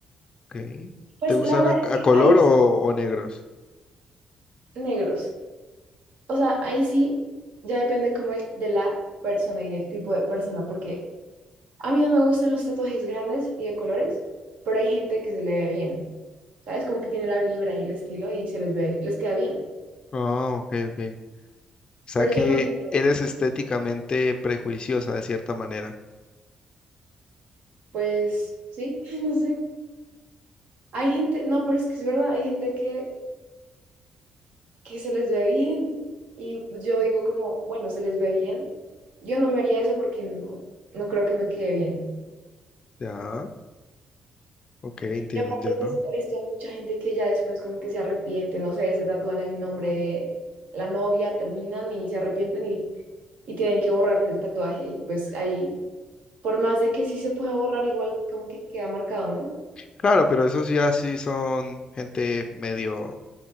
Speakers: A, on the left; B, on the right.
A: Ok,
B: Pues
A: ¿te gustan
B: la verdad
A: a,
B: es que
A: a color
B: hay
A: o, o negros?
B: negros. O sea, ahí sí ya depende como el, de la persona y del tipo de persona, porque A mí no me gustan los tatuajes grandes y de colores, pero hay gente que se le ve bien, ¿sabes? Como que tiene la vibra y el estilo y se les ve, les queda bien.
A: Ah, ok, ok. O sea
B: Pero
A: que
B: yo no me haría,
A: eres estéticamente prejuiciosa de cierta manera.
B: pues sí, <laughs> no sé. Hay gente, no, pero es que es verdad, hay gente que, que se les ve bien y yo digo como, bueno, se les ve bien. Yo no me haría eso porque no, no creo que me quede bien.
A: Ya, ok, entiendo,
B: Y aparte,
A: entiendo.
B: pues, he visto mucha gente que ya después como que se arrepiente, no sé, se tatúan el nombre de la novia, terminan y se arrepienten y y tienen que borrarse el tatuaje y pues ahí, por más de que sí se pueda borrar, igual como que queda marcado, ¿no?
A: Claro, pero esos ya sí son gente medio,